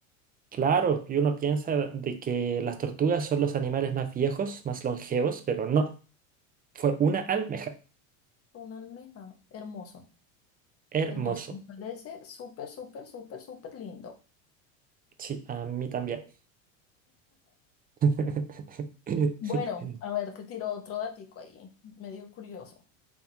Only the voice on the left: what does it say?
Una almeja. Hermoso,
hermoso. Me parece súper, súper, súper, súper lindo.
Bueno, a ver, te tiro otro datico ahí, medio curioso.